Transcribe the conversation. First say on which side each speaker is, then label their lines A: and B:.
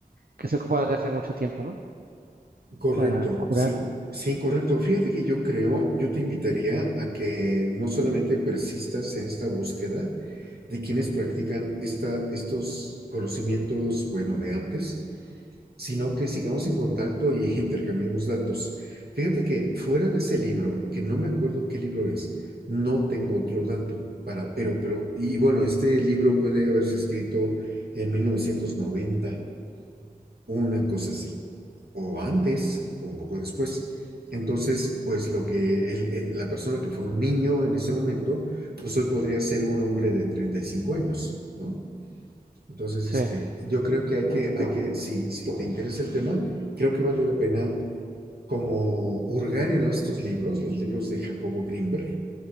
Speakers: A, on the right; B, on the right.
A: que se ocupa desde hace mucho tiempo, ¿no?
B: Correcto,
A: Para curar.
B: sí, sí, correcto. Fíjate que yo creo, yo te invitaría a que no solamente persistas en esta búsqueda de quienes practican esta, estos conocimientos, bueno, de antes, sino que sigamos en contacto y <laughs> intercambiemos datos. Fíjate que fuera de ese libro, que no me acuerdo qué libro es, no tengo otro dato para, pero, pero, y bueno, este libro puede haberse escrito en 1990, una cosa así, o antes, o un poco después. Entonces, pues lo que el- el- la persona que fue un niño en ese momento, pues hoy podría ser un hombre de 35 años, ¿no? Entonces,
A: Sí,
B: este, yo creo que hay que, hay que si, si te interesa el tema, creo que vale la pena como hurgar en estos libros, los libros de Jacobo Grinberg